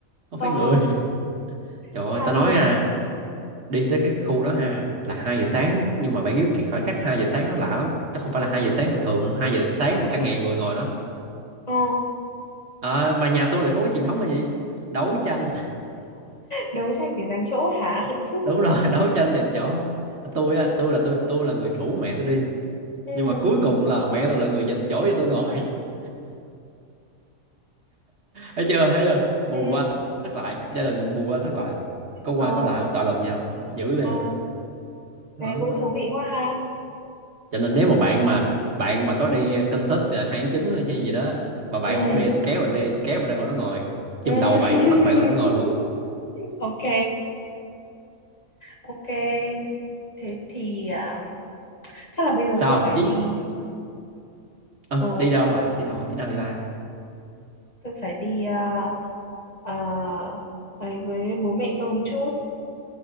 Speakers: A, on the right; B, on the left.
A: không
B: Ờ.
A: phải người trời
B: cũng
A: ơi
B: ham
A: tao nói
B: vui
A: à
B: thật
A: đi tới cái khu đó ha là 2 giờ sáng nhưng mà bạn biết cái khoảnh khắc 2 giờ sáng nó lạ lắm nó không phải là 2 giờ sáng bình thường 2 giờ sáng mà cả ngàn người ngồi đó
B: ờ.
A: Ờ, mà nhà tôi là có cái truyền thống là gì đấu tranh
B: đấu tranh để giành chỗ hả
A: <laughs> đúng
B: <laughs>
A: rồi đấu tranh giành chỗ tôi á tôi là tôi tôi là người rủ mẹ tôi đi
B: ừ.
A: nhưng mà cuối cùng là mẹ tôi là người giành chỗ cho tôi ngồi <laughs> thấy chưa thấy chưa bù
B: Ừ.
A: qua sắp lại gia đình mình bù qua sắp lại có qua
B: Ờ.
A: có lại nó tọa lòng nhau giữ liền
B: Ờ.
A: đó
B: thế cũng thú vị quá ha
A: cho nên nếu mà bạn mà bạn mà có đi ờ, concert ờ, hai tháng chín hay gì đó mà bạn
B: ừ
A: mà bây giờ tôi kéo bạn đi tôi kéo bạn ra ngồi đó ngồi chùm
B: Ừm,
A: đầu bạn
B: <laughs>
A: bắt bạn ngồi đó ngồi luôn
B: ok ok thế thì um, chắc là bây giờ
A: sao
B: tôi phải
A: đi
B: đi
A: à,
B: ồ
A: đi đâu à đi đâu à đi đâu vậy ta
B: tôi phải đi ờ, ờ, ấy với bố mẹ tôi một chút